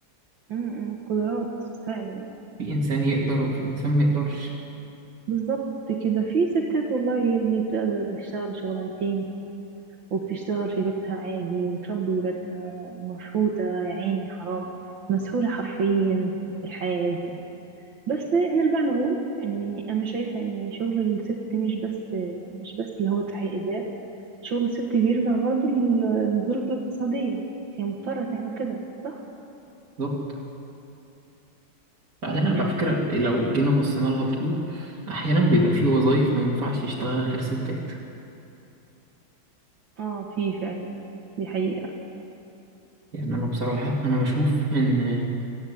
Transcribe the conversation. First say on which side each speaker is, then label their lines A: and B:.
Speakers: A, on the right; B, on the right.
A: م- م، قدرات فعلا
B: في إنسان يقدر وفي إنسان ما يقدرش
A: بالظبط كده في ستات والله يا ابني بتقدر بتشتغل شغلانتين وبتشتغل في بيتها عادي وتربي ولادها ومفحوطة يا عيني حرام مسحولة حرفيا في الحياة دي بس نرجع نقول اني انا شايفة ان شغل الست مش بس مش بس اللي هو تحقيق ذات شغل الست بيرجع برضو لل- للظروف الاقتصادية هي مضطرة تعمل كده صح؟
B: بالظبط بعدين على فكرة لو جينا بصينا لها برضه أحيانا بيبقى في وظايف ما ينفعش يشتغلها غير ستات
A: اه في فعلا دي حقيقة
B: يعني أنا بصراحة أنا بشوف إن